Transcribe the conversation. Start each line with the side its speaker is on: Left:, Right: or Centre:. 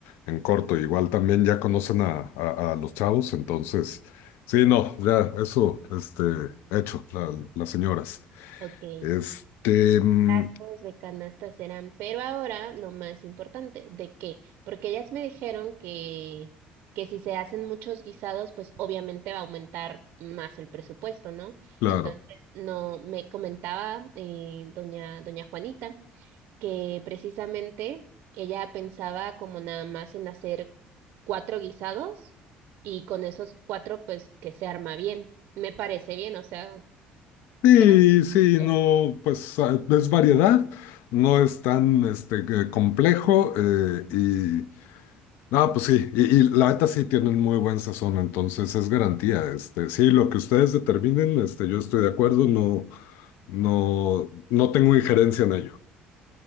Left: en corto. Igual también ya conocen a, a- a los chavos, entonces, sí, no, ya, eso, este, hecho, la- las señoras.
Right: Ok,
Left: Este, mm,
Right: tacos de canasta serán, pero ahora lo más importante, ¿de qué? Porque ellas me dijeron que, que si se hacen muchos guisados, pues obviamente va a aumentar más el presupuesto, ¿no?
Left: claro.
Right: Entonces, no, me comentaba eh, doña, doña Juanita que precisamente ella pensaba como nada más en hacer cuatro guisados y con esos cuatro pues que se arma bien. Me parece bien, o sea,
Left: Sí,
Right: se me
Left: sí,
Right: gustó.
Left: no, pues ah, es variedad, no es tan este, que complejo eh, y, no, pues sí, y, y la neta sí tienen muy buen sazón, entonces es garantía, este, sí, lo que ustedes determinen, este, yo estoy de acuerdo, no, no, no tengo injerencia en ello.